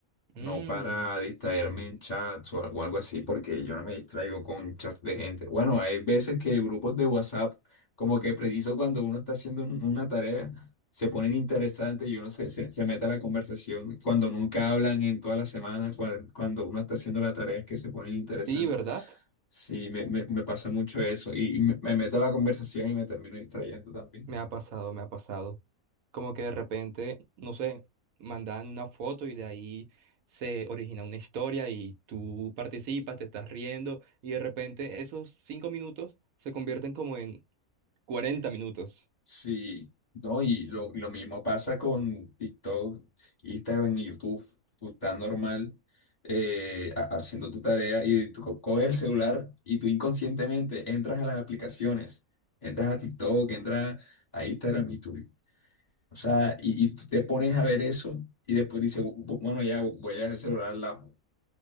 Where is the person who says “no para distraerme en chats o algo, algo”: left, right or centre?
Left